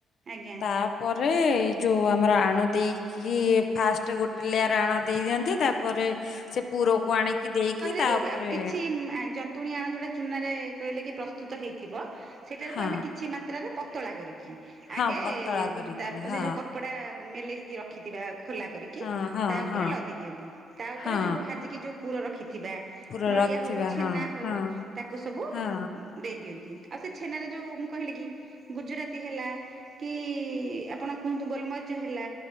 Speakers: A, on the right (about 45°); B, on the left (about 65°).
A: ଆଜ୍ଞା
B: ତା ପରେ ଯୋଉ ଆମର ଆଣ ଦେଇକି କି <unintelligible> ଫାଷ୍ଟ ଗୋଟେ ଲେୟାର୍ ଆଣ ଦେଇ ଦିଅନ୍ତି। ତାପରେ ସେ ପୁରକୁ ଆଣିକି ଦେଇକି
A: ଯୋଉ ଟା <unintelligible>
B: ତା ଉପରେ
A: କିଛିଆ ଜନ୍ତୁଣୀ ଆ <unintelligible> ଯୋଉଟା ଚୁନା ରେ କହିଲେ କି ପ୍ରସ୍ତୁତ ହେଇଥିବ। ସେଇଟା
B: ହଁ
A: କୁ ଆମେ କିଛି ମାତ୍ରାରେ ପତଳା କରିବୁ।
B: ହଁ
A: ଆଗେ
B: ପତଳା କରିକିନି
A: ତା
B: ହଁ
A: ସେ ଯୋଉ କପଡ଼ା ମେଲେଇକି ରଖିଥିବା ଖୋଲା କରିକି
B: ହଁ ହଁ
A: ତା ଉପରେ
B: ହଁ
A: ଲଦି ଦିଅନ୍ତି। ତା ଉପରେ
B: ହଁ
A: ଯୋଉ ଭାଜିିକି ଯୋଉ ପୁର ରଖିଥିବା
B: ପୁରା
A: ନଡ଼ିଆ
B: ରଖିଥିବା
A: ହଉ, ଛେନା
B: ହଁ
A: ହଉ
B: ହଁ
A: ତାକୁ ସବୁ
B: ହଁ
A: ଦେଇ ଦିଅନ୍ତି। ଆଉ ସେ ଛେନାରେ ଯୋଉ ମୁଁ କହିଲି କି ଗୁଜୁରାତି ହେଲା କି ଆପଣ କୁହନ୍ତୁ ଗୋଲମରି ଚ ହେଲା